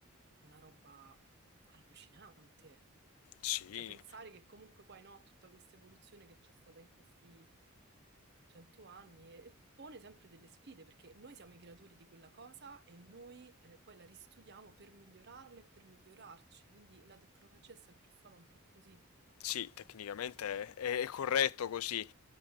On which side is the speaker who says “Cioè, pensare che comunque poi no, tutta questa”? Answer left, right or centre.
Right